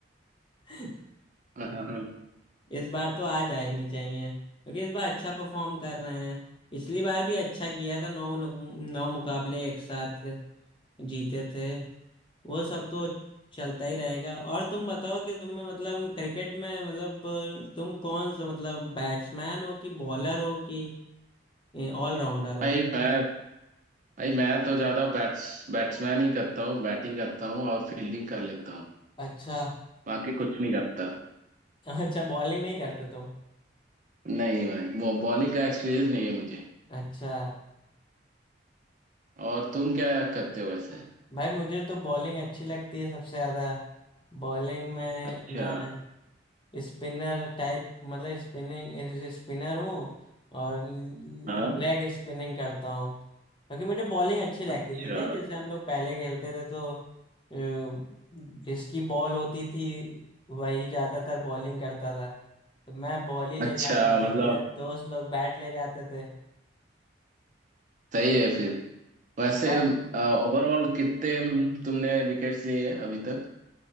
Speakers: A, on the left; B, on the right.
A: <laughs>
B: <laughs> हाँ हाँ हाँ।
A: इस बार तो आ जानी चाहिए क्योंकि इस बार अच्छा परफॉर्म कर रहे हैं पिछली बार भी अच्छा किया था नौ नौ मुकाबले एक साथ जीते थे वो सब तो चलता ही रहेगा और तुम बताओ कि तुम्हें मतलब क्रिकेट में मतलब अ, तुम कौन सा मतलब बैट्समैन हो कि बॉलर हो कि ऑलराउंडर हो
B: भाई मैं भाई मैं तो ज्यादा बैट्स बैट्समैन ही करता हूँ बैटिंग करता हूँ और फील्डिंग कर लेता हूँ
A: अच्छा
B: बाकी कुछ नहीं करता
A: अच्छा बॉलिंग नहीं करते तुम
B: नहीं भाई वो बॉलिंग का एक्सपीरियंस नहीं है मुझे
A: अच्छा
B: और तुम क्या करते हो वैसे
A: भाई मुझे तो बॉलिंग अच्छी लगती है सबसे ज़्यादा बॉलिंग में
B: अच्छा
A: मैं स्पिनर टाइप मतलब स्पिनिंग स्पिनर हूँ और लेग
B: हाँ
A: स्पिनिंग करता हूँ क्योंकि मुझे बॉलिंग अच्छी लगती
B: अच्छा
A: थी नहीं जैसे हम लोग पहले खेलते थे तो अ, जिसकी बॉल होती थी वही ज्यादातर बॉलिंग करता था तो मैं बॉल ही ले
B: अच्छा
A: जाता था
B: मतलब
A: मेरे दोस्त लोग बैट ले जाते थे
B: सही है फिर वैसे
A: <laughs>
B: ओवरऑल कितने तुमने विकेट्स लिए है अभी तक